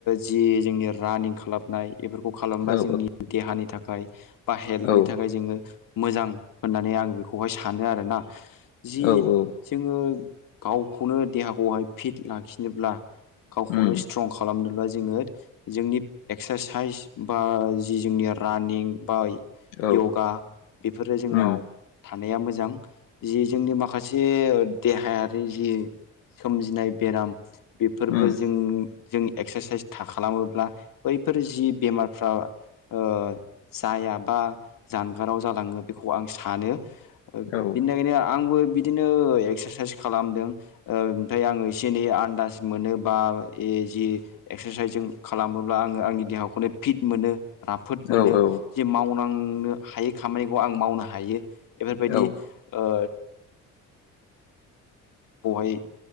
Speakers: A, on the left (about 60°); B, on the left (about 85°).
A: जि जोंनि रानिं खालामनाय बेफोरखौ खालामबा
B: औ
A: जोंनि देहानि थाखाय बा हेल्थनि
B: औ
A: थाखाय जोङो मोजां होननानै आं बेखौहाय सानो आरोना। जि
B: औ औ
A: जोङो गावखौनो देहाखौहाय फिट लाखिनोब्ला गावखौनो
B: उम
A: स्ट्रं खालामनोब्ला जोङो। जोंनि एक्सारसाइस बा जि जोंनि रानिं बा
B: औ
A: य'गा बेफोरो जोंनाव
B: उम
A: थानाया मोजां जि जोंनि माखासे देहायारि जि सोमजिनाय बेराम बेफोरबो
B: उम
A: जों जों एक्सारसाइस था खालामोब्ला बैफोर जि बेमारफ्रा ओ जायाबा जानगाराव जालाङो बेखौ आं सानो
B: औ
A: बिनि आंबो बिदिनो एक्सारसाइस खालामदों ओ ओमफ्राय आङो एसे एनै आन्दास मोनो बा ए जि एक्सारसाइस जों खालामोब्ला आङो आंनि देहाखौनो फिट मोनो। राफोद मोनो
B: औ औ
A: जे मावनांनो हायै खामानिखौ आं मावनो हायो। बेफोर बायदि
B: औ
A: ओ बेहाय